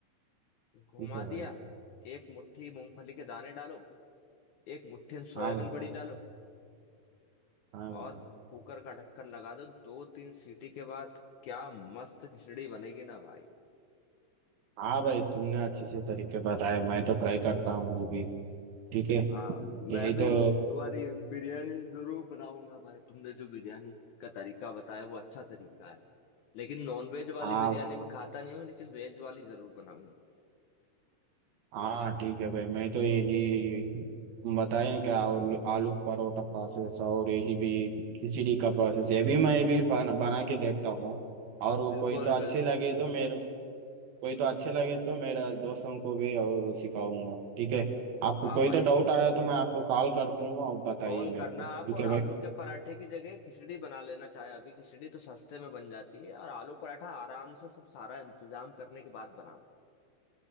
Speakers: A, on the left (about 80°); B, on the right (about 65°).
A: घुमा
B: ठीक है भाई
A: दिया एक मुट्ठी मूंगफली के दाने डालो एक मुट्ठी सोयाबीन
B: हाँ भाई
A: बड़ी डालो
B: हाँ भाई
A: और कुकर का ढक्कन लगा दो दो तीन सीटी के बाद क्या मस्त खिचड़ी बनेगी ना भाई
B: हाँ भाई तुमने अच्छे से तरीके बताए मैं तो ट्राई करता हूँ मैं भी ठीक है
A: हाँ
B: यही
A: मैं भी
B: तो
A: तुम्हारी बिरयानी जरूर बनाऊंगा भाई तुमने जो बिरयानी का तरीका बताया वो अच्छा तरीका है लेकिन नॉन वेज वाली
B: हाँ
A: बिरयानी में खाता नहीं हूँ लेकिन वेज वाली जरूर बनाऊंगा
B: हाँ ठीक है भाई मैं तो यही तुम बताए क्या आलू आलू परोठा प्रोसेस और यही भी खिचड़ी का प्रोसेस ये भी मैं भी बना बना के देखता हूँ और
A: बिल्कुल
B: कोई तो अच्छी
A: बिल्कुल
B: लगे तो मेरे कोई तो अच्छे लगे तो मेरा दोस्तों को भी और सिखाऊंगा ठीक है आपको
A: हाँ
B: कोई
A: भाई
B: तो डाउट आया तो मैं आपको कॉल कर दूंगा और बताइए
A: कॉल
B: मेरे
A: करना
B: को ठीक
A: आप और
B: है भाई
A: आलू के पराठे की जगह खिचड़ी बना लेना चाहे अभी खिचड़ी तो सस्ते में बन जाती है और आलू पराठा आराम से सब सारा इंतजाम करने के बाद बनाना